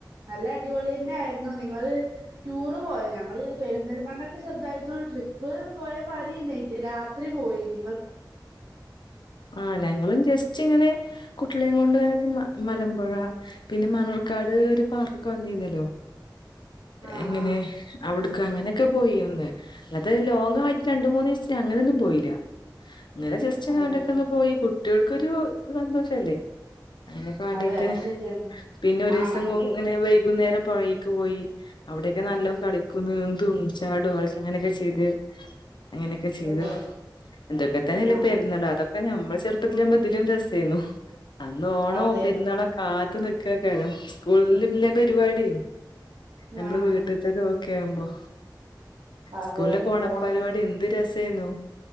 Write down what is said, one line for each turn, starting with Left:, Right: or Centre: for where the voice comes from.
Right: നല്ല അടിപൊളി തന്നെ ആയിരുന്നു നിങ്ങള് ടൂറ് പോയ ഞങ്ങള് പെരിന്തൽമണ്ണൊക്കെ ചെറുതായിരുന്നു ട്രിപ്പ് പോയ മാ ഒത്തിരി ലേറ്റ് രാത്രി പോയിന്
Left: ആഹ ഞങ്ങളും ജസ്റ്റ്‌ ച്ചിങ്ങനെ കുട്ടളിയംകൊണ്ട് മ മലമ്പുഴ പിന്നെ മണർക്കാട് ഒരു പാർക്കൊക്കെ വന്നിരുന്നല്ലോ
Right: ആഹ്
Left: എങ്ങനെ
Right: ആഹ്
Left: അവിടുക്ക അങ്ങനെ ഒക്കെ പോയി അന്ന് അന്നത്തെ ലോങ്ങ ആയിട്ട് രണ്ട് മൂന്ന് ദിവസ അങ്ങനെയ ഒന്നും പോയില്ല ഇങ്ങനെ ജസ്റ്റ്
Right: അതെല്ലേ
Left: ഞാ അടടെക്കന്ന് പോയി കുട്ടികൾ ക്കൊരു സന്തോഷ അല്ലേ അതിനൊക്കെ വേണ്ടീട്ട്
Right: അതെ അത് ശരിയാണ്
Left: പിന്നെ ഒരു
Right: ആഹ്
Left: ദിവസം
Right: നമുക്ക്
Left: ഇങ്ങനെ വൈകുന്നേരം പോയി ക്ക് പോയി അവിടെയൊക്കെ നല്ല
Right: ആഹ്
Left: കളിക്കുന്ന എന്തും ചാടുൾസ് അങ്ങനെയൊക്കെ ചെയ്ത് അങ്ങനെയൊക്കെ ചെയ്തു
Right: അതെ
Left: ഇന്തൊക്കെ തന്നല്ലേ
Right: ആഹ്
Left: പരുന്നള് അതൊക്കെ നമ്മൾ ചെറു പാതിലാവുമ്പോ ഇതിലും രസയിരുന്നു അന്ന് ഓണം
Right: അതെ
Left: പെരുന്നാള കാ നിക്കാ കാരം സ്കൂളിൽല്ല പരിപാടി നമ്മള്
Right: ആഹ്
Left: വീട്ടത്തത്ക്കെ ഒക്കെമ്പോ
Right: അതെ
Left: സ്കൂളൊക്കെ ഓണ
Right: ഓണത്തി
Left: പരിപാടി എന്ത് രസ തിന്നു